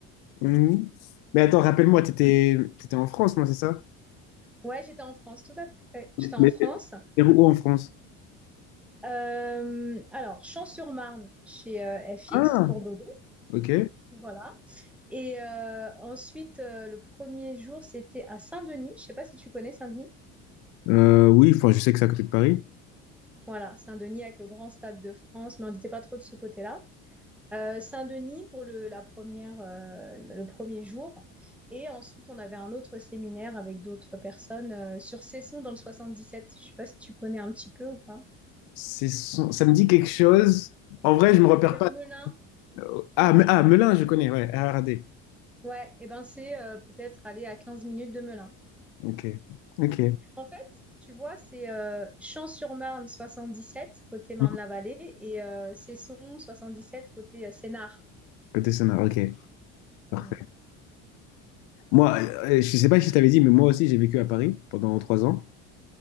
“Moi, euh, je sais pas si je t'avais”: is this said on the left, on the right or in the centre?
Left